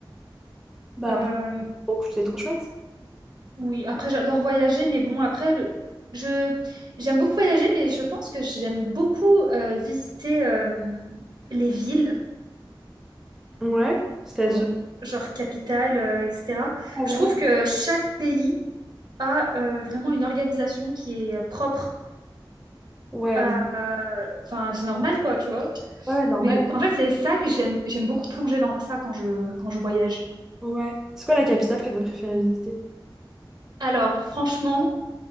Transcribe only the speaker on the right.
Euh,
Oui, après j'adore voyager, mais bon, après le je j'aime beaucoup voyager, mais je pense que j'aime beaucoup euh, visiter euh, les villes,
en- genre capitale, euh, etc.
Je
trouve que chaque pays a euh, vraiment une organisation qui est euh, propre
à à- enfin c'est normal quoi, tu vois.
Mais en fait c'est ça que j'aime j'aime beaucoup plonger dans ça quand je quand je voyage.
Alors franchement,